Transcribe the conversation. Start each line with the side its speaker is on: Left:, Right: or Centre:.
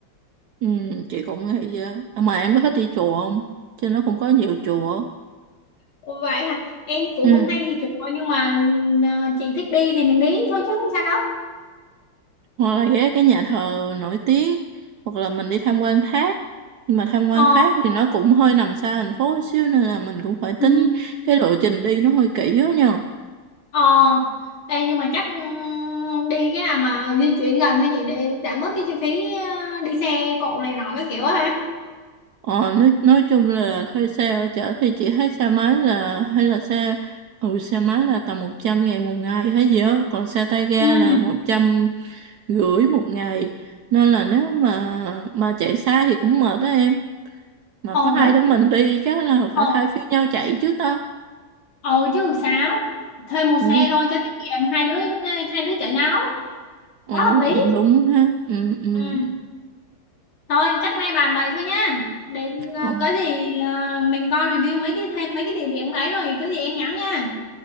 Right: Ừ, chị cũng nghĩ vậy. á. À, mà em có thích đi chùa không? Trên nó cũng có nhiều chùa.
Left: Ồ, vậy hả em cũng
Right: Ừ.
Left: không hay đi chùa nhưng mà ờ, chị thích đi thì mình đi thôi chứ sao đâu
Right: hoặc là ghé cái nhà thờ nổi tiếng hoặc là mình đi tham quan thác nhưng mà tham quan
Left: ờ
Right: thác thì nó cũng hơi nằm xa thành phố một xíu nên là mình cũng phải
Left: ừ
Right: tính cái lộ trình đi nó hơi kỹ đó nha
Left: ờ Ê, nhưng mà chắc ừ, đi cái nào mà di chuyển gần thôi chị để giảm bớt cái chi phí ờ, đi xe cộ này nọ cái kiểu á ha
Right: ờ, nói, nói chung là thuê xe ở chợ thì chỉ thấy xe máy là hay là xe ừ xe máy là tầm một trăm ngàn một ngày hay gì đó còn xe tay ga
Left: ừ
Right: là
Left: ừ.
Right: một trăm rưỡi một ngày nên là nếu mà mà chạy xa thì cũng mệt đó em mà
Left: ồ
Right: có hai
Left: đúng
Right: đứa mình đi chắc là
Left: ồ
Right: phải thay phiên nhau chạy chứ tao
Left: ừ chứ sao thuê một
Right: ừ.
Left: xe thôi cho tiết kiệm hai đứa hai đứa chở nhau
Right: Ồ,
Left: quá hợp lý
Right: cũng đúng ha. Ừ, ừ.
Left: ừ thôi chắc nay bàn vậy thôi nha để ờ,
Right: Ờ,
Left: có gì ờ, mình coi review mấy cái thêm mấy cái địa điểm ấy rồi có gì em nhắn nha